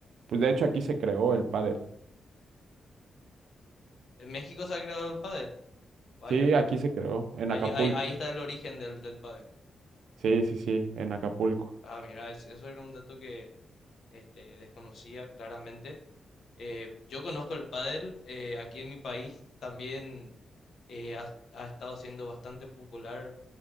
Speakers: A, on the right; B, on the left.
A: pues de hecho aquí se creó el pádel.
B: En México se ha creado el pádel. Vaya,
A: Sí, aquí se creó, en
B: ahí,
A: Acapulco.
B: ahí, ahí está el origen del, del pádel.
A: Sí, sí, sí, en Acapulco.
B: Ah, mira, es- eso era un dato que este, desconocía claramente. Eh, yo conozco el pádel, eh, aquí en mi país también eh, ha, ha estado siendo bastante popular,